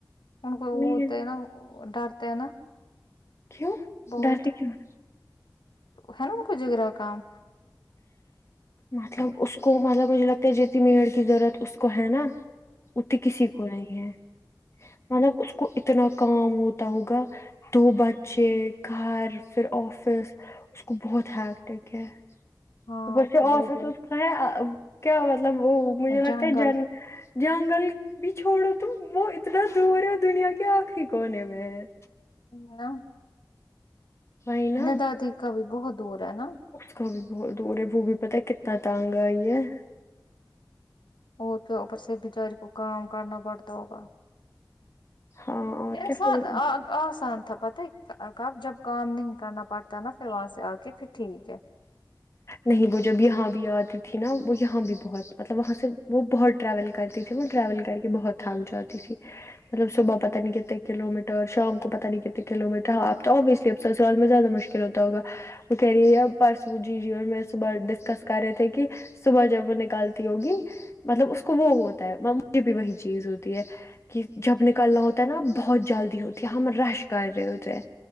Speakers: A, on the left; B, on the left.
A: ان کو
B: میڈ
A: ہوتے ہے نا ڈر تے نا
B: کیوں
A: بہت
B: ڈرتی کیوں ہے
A: ہے نا ان کو <unintelligible> کام
B: مطلب اس کو مطلب مجھے لگتا ہے جیتنی میڈ کی ضرورت اس کو ہے نا اتی کسی کو نہیں ہے مطلب اس کو اتنا کام ہوتا ہوگا دو بچے گھر پھر آفس اس کو بہت ہیکٹک ہے
A: ہاں
B: اوپر
A: اس
B: سے
A: کو
B: آفس
A: بہت
B: اس کا ہے کیا مطلب وہ مجھے لگتا
A: جنگل
B: ہے جن جنگل بھی چھوڑو تم وہ اتنا دور ہے دنیا کے آخری کونے میں ہے
A: ہاں
B: وہی نا
A: ندا دی کا بھی بہت دور ہے نا
B: اس کا بھی بہت دور ہے وہ بھی پتا ہے کتنا تانگ آئی ہے
A: اور کیا اپر سے بچاری کو کام کرنا پڑتا ہوگا
B: ہاں اور
A: ایسا
B: کیا پھر
A: نا آسان تھا پتا ہے جب کام نہیں کرنا پڑتا نا پھر وہاں سے آ کے پھر ٹھیک ہے
B: نہیں وہ جب یہاں بھی آتی تھی نا وہ یہاں بھی بہت مطلب وہاں سے وہ بہت ٹریول کرتی تھی وہ ٹریول کر کے بہت تھک جاتی تھی مطلب صبح پتا نہیں کتنے کلو میٹر شام کو پتا نہیں کتنے کلو میٹر ہاں آپ تو اسلیے اب سسرال میں زیادہ مشکل ل ہوتا ہوگا وہ کہہ رہی ہے آب بس مجھے میں صبح ڈسکس کر رہے تھے کہ صبح جب وہ نکالتی ہوگی مطلب اس کو وہ ہوتا ہے مجھے بھی وہی چیز ہوتی ہے کہ جب نکلنا ہوتا ہے نا بہت جلدی ہوتی ہے ہم رش کر رہے ہوتے